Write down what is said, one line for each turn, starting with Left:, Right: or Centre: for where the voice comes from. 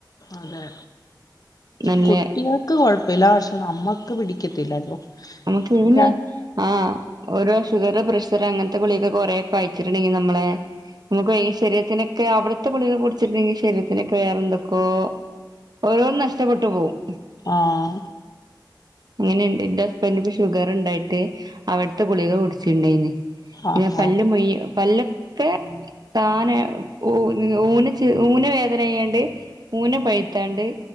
Left: അതെ
Right: നല്ല
Left: കുട്ടികൾക്ക് കൊഴപ്പ ലാവഷം നമ്മുക്ക് പിടിക്കത്തില്ലല്ലോ
Right: നമുക്ക്
Left: എനിക്കാ
Right: പിന്നെ ആ ഓരോ ഷുഗർ പ്രഷർ അങ്ങനത്തെ കുളിയൊക്കെ കുറെേൊക്കെ അയച്ചിട്ടുണ്ടെങ്കിൽ നമ്മളെ നമുക്ക് ശരീരത്തിനൊക്കെ അവിടത്തെ കുളിയൊക്കെ കുടിച്ചിട്ടുണ്ടെങ്കിൽ ശരീരത്തിനൊക്കെ വേറെ എന്തൊക്കോ ഓരോരും നഷ്ടപ്പെട്ടു പോകവും
Left: ആഹ
Right: അങ്ങനെയുണ്ട് ഇണ്ട് പെണ്ണിന് ഷുഗർ ഉണ്ടായിട്ട് അവിടുത്തെ ഗുളികെ കുടിച്ചിണ്ടായിന്ന് <unintelligible>
Left: ആഹ്
Right: പല്ല്
Left: ആഹ്
Right: <unintelligible> പല്ലോക്കെ താനെ ഊ ഊന് ഊന് വേദന ആയ്യാണ്ട് ഊന് പഴുത്താണ്ട്